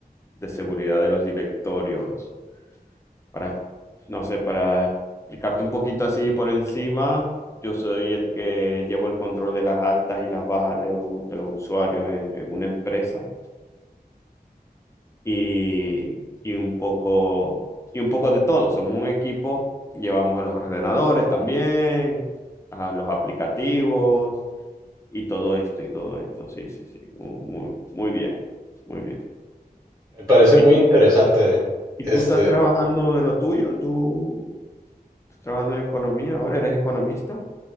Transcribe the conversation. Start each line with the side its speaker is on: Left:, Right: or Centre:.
Left: de seguridad de los directorios. Para, no sé, para explicarte un poquito así por encima, yo soy el que llevo el control de las altas y las bajas de, u- de los usuarios en en una empresa. y, y un poco, y un poco de todo. Somos un equipo, llevamos a los ordenadores también, a los aplicativos y todo esto y todo esto. Sí, sí, sí. Muy, muy bien, muy bien.
Right: Me parece
Left: ¿Y
Right: muy
Left: tú,
Right: interesante.
Left: y
Right: Este,
Left: tú estás trabajando de lo tuyo? ¿Tú estás trabajando en economía ahora? ¿Eres economista?